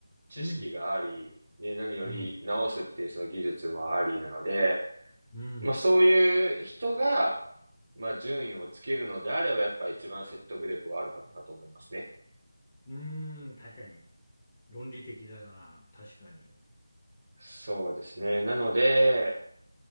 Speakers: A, on the right; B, on the left.
A: 知識があり、
B: うん。
A: ね、何より治すっていうその技術もありなので、
B: うん。うん。
A: まあ、そういう人が、まあ、順位をつけるのであれば、やっぱ一番説得力はあるのかなと思いますね。
B: うーん。確かに。論理的だな。確かに。
A: そうですね。なので、